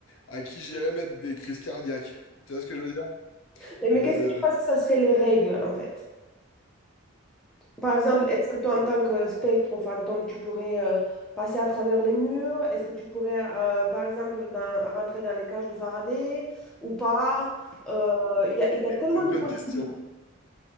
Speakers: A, on the left (about 80°); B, in the centre.
A: à qui j'irais mettre des crises cardiaques. Tu vois ce que je veux dire?
B: Et
A: De...
B: mais qu'est-ce que tu penses que ça serait les règles, en fait? Par exemple, est-ce que toi, en tant que spectre ou fantôme, tu pourrais euh, passer à travers les murs? Est-ce que tu pourrais, euh, par exemple, dans- rentrer dans les cages de Faraday ou pas? Euh, Il y, a il y a tellement
A: C'est une
B: de
A: bonne
B: possibilités.
A: question.